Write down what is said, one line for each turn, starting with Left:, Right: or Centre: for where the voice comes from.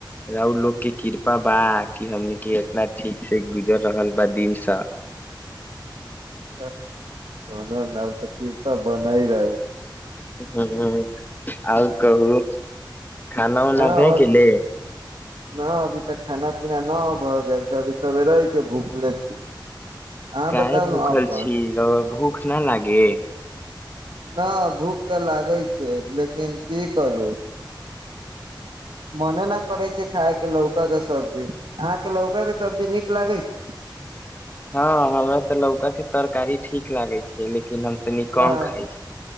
Left: राउर लोगके किरपा बा कि हमनीके इतना ठीकसे गुजर रहल बा दिनसँ।
Right: तऽ कहुना नाउ तऽ किरपा बनाय रहै छै।
Left: हँ, आओर कहू। खाना-उना
Right: हँ
Left: भे
Right: आओर
Left: गेलै?
Right: न अभी तक खाना-पीना ना भ गेल छै, अभी सवेरे के भूखले छी। अहाँ
Left: काहे
Right: बताउ
Left: भूखल
Right: ने अपन
Left: छी, रौउवा भू ख ना लागे।
Right: ना भूख ते लागै छै, लेकिन की करू मने न करै छै खाय के लौका के सब्जी, अहाँ के लौका के सब्जी नीक लागै छै।
Left: हँ, हमरा तऽ लौकाके तरकारी ठीक लागैत छै, लेकिन हम तनी कम
Right: आह,
Left: खाइ छी